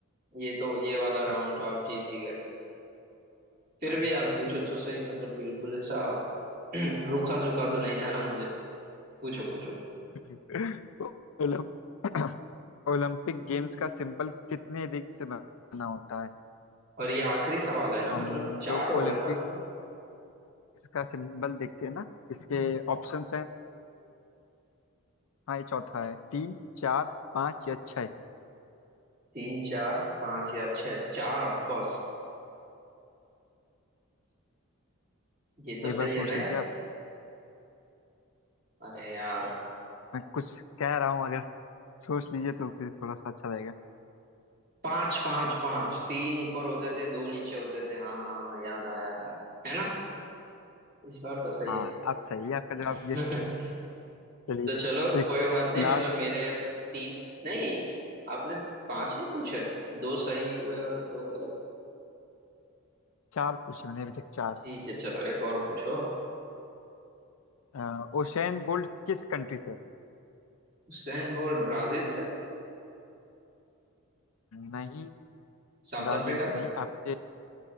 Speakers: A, on the right; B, on the left.
A: ये तो ये वाला
B: चलिए
A: राउंड तो आप जीत ही गए फिर
B: हाँ,
A: भी यार पूछो तो सही मतलब बिल्कुल ऐसा <clears throat> रूखा सूखा तो नहीं जाना मुझे पूछो पूछो
B: <laughs> ओ- ओलम- <coughs> ओलंपिक गेम्स का सिंबल कितने रिंग से बना होता है
A: और ये आखिरी सवाल है ना
B: हम
A: मतलब चार
B: लोग
A: हो
B: ओलंपिक
A: गए ना अभी तक
B: इसका सिंबल देखते हैं ना इसके ऑप्शंस हैं हाँ ये चौथा है तीन चार पाँच या छः
A: तीन चार पांच या छह चार ऑफ कोर्स ये तो सही
B: एक बार सोच
A: है ना यार
B: लीजिए आप
A: अरे यार
B: मैं कुछ कह रहा हूँ अगर सोच लीजिए तो फिर थोड़ा सा अच्छा रहेगा
A: पांच पांच पांच तीन ऊपर होते थे दो नीचे होते थे हाँ हाँ हाँ, याद आया याद आया है ना इस बार तो सही
B: हाँ आप सही है आपका
A: है
B: जवाब ये
A: <laughs>
B: चलिए
A: तो चलो
B: एक
A: कोई बात नहीं मतलब
B: लास्ट
A: मेरे तीन नहीं आपने पांच नहीं पूछे दो सही हुए और दो गलत
B: चार पूछे मैंने अभी तक चार
A: ठीक है चलो एक और पूछो
B: अ, ओशेन बोल्ट किस कंट्री से है?
A: हुसैन बोल्ट ब्राजील से
B: नहीं
A: साउथ
B: ब्राजील
A: अफ्रीका
B: से नहीं
A: से
B: आपके